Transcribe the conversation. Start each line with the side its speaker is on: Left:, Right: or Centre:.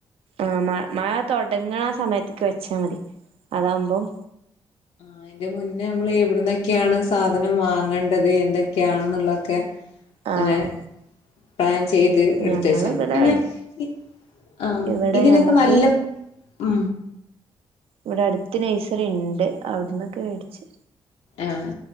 Right: ആ മ മഴ തൊടങ്ങണ സമയതേക്കു വെച്ചാ മതി അതാവുമ്പം
Left: അതിന്റെ മുന്നേ നമ്മള് എവിടുന്നൊ ക്കാണ് സാധനം വാങ്ങേണ്ടത് എന്തൊക്കെയാണ്ന്നുള്ളൊക്കെ ങ്ങനെ
Right: ആഹ്
Left: പ്ലാൻ ചെയ്ത് എടുത്ത്
Right: ഞങ്ങള്
Left: വെച്ചാമതി
Right: ഇവിടെ
Left: പിന്നെ
Right: അട്
Left: ഇ ആ
Right: ഇവിടെ
Left: ഇതിനൊക്കെ
Right: ഞങ്ങക്ക്
Left: നല്ല ആ
Right: ഇവിടെ അടുത്ത് നഴ്സറി ഇണ്ട് അവിടന്നൊക്കെ മേടിച്ചു
Left: ആഹ്